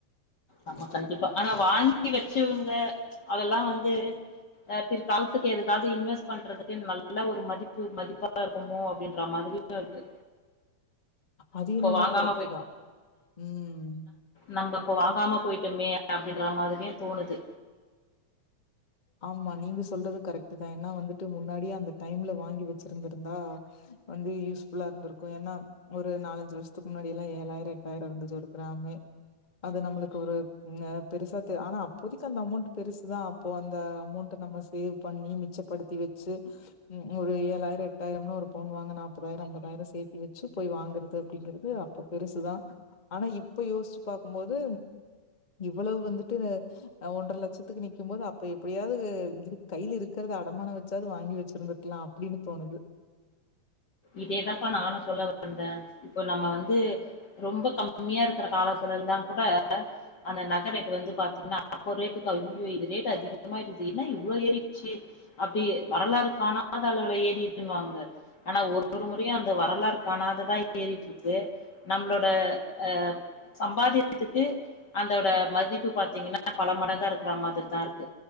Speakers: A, on the left (about 40°); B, on the left (about 20°).
A: ஆமா கண்டிப்பா ஆனா வாங்கி வச்சவங்க அதெல்லாம் வந்து பிற்காலத்துக்கு எதுக்காவது இன்வெஸ்ட் பண்றதுக்கு நல்ல மதிப்பு மதிப்பா இரு கும்மோ அப்டின்றறா மாதுரியா இருக்கு
B: அது என்னமோ
A: வாங்காம
B: கரெக்ட்டுதா ம்
A: நம்ப அப்ப வாங்காம பொய்ட்டோமே அப்டின்றா மாதுரியு தோணுது
B: ஆமா நீங்க சொல்றது கரெக்ட் தா ஏன்னா வந்துட்டு முன்னாடியே அந்த டைம்ல வாங்கி வச்சிருந்துருந்தா வந்து யூஸ்ஃபுல்லா இருந்துருக்கு ஏன்னா ஒரு நாலஞ்சு வர்ஷத்துக்கு முன்னாடி எல்லா ஏழாயிர எட்டாயிர இர்ந்துச்சு கிராமே அது நம்மளுக்கு ஒரு ந பெருசா தெ ஆனா அப்போதிக்கு அந்த அமோண்ட் பெருசுதா அப்போ அந் த அமௌண்ட்டு நம்ம சேவ் பண்ணி மிச்சப்படுத்தி வெச்சு ம் ஒரு ஏழாயிர எட்டாயிரம்னா ஒரு பவுன் வாங்க நாப்பதாயர ஐம்பதாயர சேத்தி வச்சு பொய் வாங்குறது அப்டின்றது அப்போ பெருசுதா ஆனா இப்ப யோஸ்ச்சி பாக்குமோது இவ்வளவ் வந்துட்டு அ ஒன்ற லட்சத்துக் நிக்கிகும்போது அப் இப்ப எப்புடியாவுது இரு கைல இருக்குறத அடமான வச்சாவ்து வாங்கி வச்சிருந்துருக்லா அப்டின்னு தோணுது
A: இதேதாம்ப்பா நானு சொல்ல வந்த இப்போ நம்ம வந்து ரொம்ப கம்மியா இருக்குற காலத்துலந்தா குட அந்த நக ரேட்டு வந்து பாத்தீங்ன்னா அப்போ ரேட்டுக்கு ஐயுயோ இது ரேட் அதிகமாயிட்டுது என்ன இவ்ளோ ஏறிட்ச்சு அப்டி வரலாறுக்கானாத அளவுல ஏறிட்டுன்னுவாங்க ஆனா ஒரு ஒரு முறயு அந்த வரலாறு காணாததா ஏறிட்ருக்கு நம்ளோட அ சம்பாதியத்துக்கு அந்தோட மதிப்பு பாத்தீங்ன்னா பல மடங்கா இருக்குறா மாதுர்தா இருக்கு